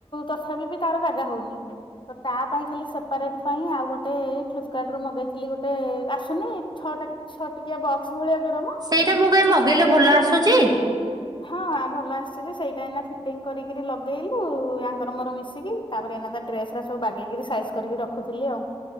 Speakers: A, on the left; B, on the right.
A: ତଥାପି ବି ତାର ଜାଗା ହଉନି। ତ ତା ପାଇଁ ଖାଲି ସେପାରେଟ ପାଇଁ ଆଉ ଗୋଟେ ଫ୍ଲିପକାର୍ଟ ରୁ ମଗେଇଥିଲି ଗୋଟେ ରାସ ନି ଛଅଟା ଛଅ ଟିକିଆ ବକ୍ସ ଭଳିଆ ଜଉରା ମ
B: ସେଇଟା ମୁଁ ପାଇଁ ମଗେଇଲେ ଭଲ ଆସୁଛି?
A: ହଁ ଭଲ ଆସିଛି ସେଇଟା ଏନା ଫିଟିଙ୍ଗ କରିକିରି ଲଗେଇଲୁ ଆଙ୍କର ମୋର ମିଶିକି। ତାପରେ ଏଇନା ତା ଡ୍ରେସ ସବୁ ବାଗେଇିକିରି ସାଇଜ କରିକି ରଖୁଥିଲି ଆଉ।